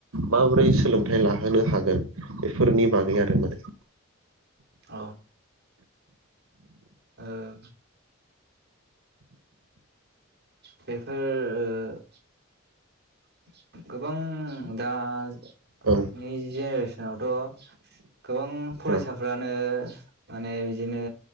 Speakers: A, on the right; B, on the right.
A: माबोरै सोलोंथाइ लाहोनो हागोन बेफोरनि बागै आरो माने।
B: अ ओ बेफो ओ <unintelligible> गोबां दानि
A: औ
B: जेनेरेसनावथ गोबां फरायसाफ्रानो
A: औ
B: माने बिदिनो